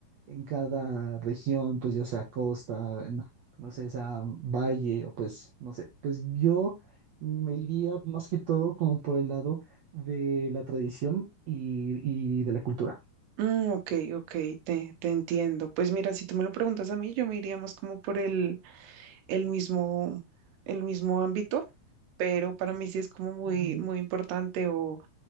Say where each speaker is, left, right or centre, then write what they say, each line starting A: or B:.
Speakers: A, on the right; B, on the right.
A: en cada región, pues ya sea costa, en- no sé, sea valle o pues, no sé, pues yo me iría más que todo como por el lado de la tradición y, y de la cultura.
B: Mm, ok, ok, te, te entiendo. Pues mira, si tú me lo preguntas a mí, yo me iría más como por el, el mismo, el mismo ámbito, pero para mí sí es como muy,
A: Ujú,
B: muy importante o